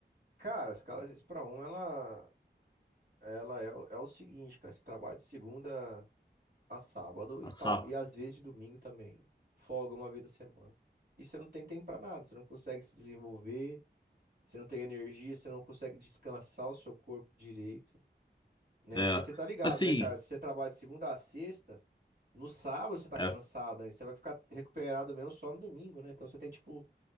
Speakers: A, on the right (about 55°); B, on the left (about 25°).
A: Cara, a escala 6 para um ela. Ela é, o- é o seguinte, cara, você trabalha de segunda a sábado
B: A
A: e
B: SAP.
A: tal, e às vezes de domingo também. Folga uma vez na semana. E você não tem tempo pra nada, você não consegue se desenvolver, você não tem energia, você não consegue descansar o seu corpo direito, né?
B: É.
A: Porque você tá ligado,
B: Assim,
A: né, cara? Se você trabalha de segunda a sexta, no sábado você tá
B: é,
A: cansado, né? Você vai ficar recuperado mesmo só no domingo, né? Então você tem, tipo,